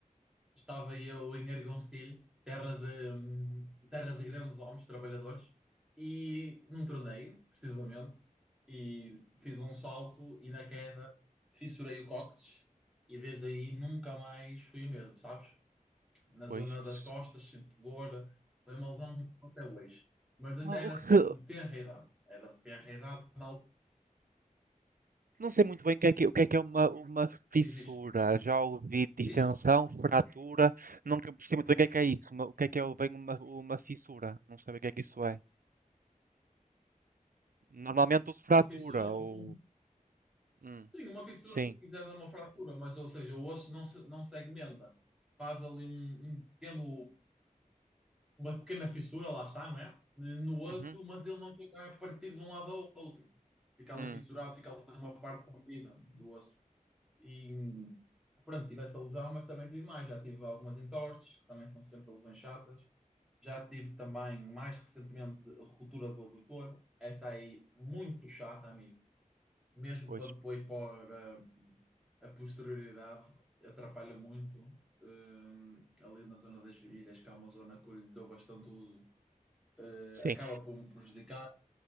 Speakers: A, in the centre; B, on the right (about 85°).
A: estava eu em Argoncilho, terra de, terra de grandes homens, trabalhadores, e num torneio, precisamente, e fiz um salto e na queda fissurei o cóccix e desde aí nunca mais fui o mesmo, sabes? Na
B: pois.
A: zona das costas, sinto dor, foi uma lesão que me ficou até hoje, mas ainda
B: O
A: era
B: o que,
A: de tenra idade, era de tenra idade na altura.
B: Não sei muito bem o que é que, o que é que é uma, uma fissura.
A: Diz, diz,
B: Já ouvi distensão,
A: diz,
B: fratura. Nunca percebi muito bem o que é que é isso. Uma- o que é que é bem uma, uma fissura? Não sei bem o que é que isso é. Normalmente uso fratura
A: uma fissura no
B: ou.
A: fundo
B: Hum,
A: Sim, uma fissura,
B: sim.
A: se quiseres, é uma fratura, mas, ou seja, o osso não, se- não segmenta. Faz ali um, um pequeno, uma pequena fissura, lá está, não é? No osso,
B: Uhum.
A: mas ele não chega a partir de um lado ao outro. Fica
B: Hum,
A: ali fissurado, fica ali uma parte partida do osso. E, hum, pronto, tive essa lesão, mas também tive mais. Já tive algumas entorses, que também são sempre lesões chatas. Já tive também, mais recentemente, a ruptura do adutor. Essa aí, muito chata, amigo mesmo
B: pois.
A: para depois para a, a posterioridade, atrapalha muito hum, ali na zona das virilhas, que é uma zona que eu lhe dou bastante uso, eh,
B: Sim.
A: acaba por me prejudicar.